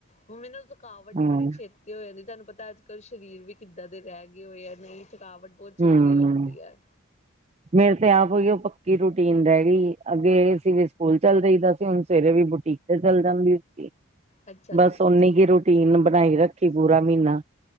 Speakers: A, on the left; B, on the right.
A: ਮੰਮੀ ਨੂੰ ਥਕਾਵਟ
B: ਹਮ
A: ਬੜੀ ਛੇ ਤੀ ਹੋ ਜਾਂਦੀ ਏ, ਤੁਹਾਨੂੰ ਪਤਾ ਅੱਜ- ਕੱਲ੍ਹ ਸਰੀਰ ਵੀ ਕਿੱਦਾਂ ਦੇ ਰਹਿ ਗਏ ਹੋਏ ਆ, ਨਹੀਂ ਥਕਾਵਟ ਬਹੁ ਜਲਦੀ
B: ਹਮ
A: ਹੋ ਜਾਂਦੀ ਐ।
B: ਮੇਰੇ ਤੇ ਆਪ ਉਹੀਓ ਪੱਕੀ ਰੂਟੀਨ ਰਹਿ ਗਈ, ਅੱਗੇ ਸਵੇਰੇ ਸਕੂਲ ਚੱਲੇ ਜਾਈਦਾ ਸੀ, ਹੁਣ ਸਵੇਰੇ ਵੀ ਬੁਟੀਕ ਤੇ ਚੱਲ ਜਾਂਦੀ ਸੀਗੀ।
A: ਅੱਛਾ ਜੀ
B: ਬੱਸ ਓਨੀ ਕਿ ਰੂਟੀਨ ਬਣਾਈ ਰੱਖੀ ਪੂਰਾ ਮਹੀਨਾ,